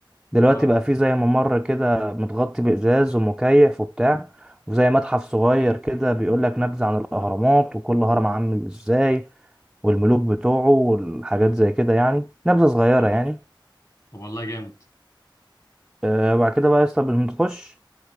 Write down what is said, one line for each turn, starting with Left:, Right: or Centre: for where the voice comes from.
Centre: دلوقتي
Left: اه
Centre: بقى فيه زي ممر كده متغطي بإزاز ومكيف وبتاع وزي متحف صغير كده بيقول لك نبذة عن الأهرامات وكل هرم عامل ازاي والملوك بتوعه والحاجات زي كده يعني نبذة صغيرة
Left: طب
Centre: يعني
Left: طب والله جامد
Centre: آه، وبعد كده بقى يا اسطى بنخش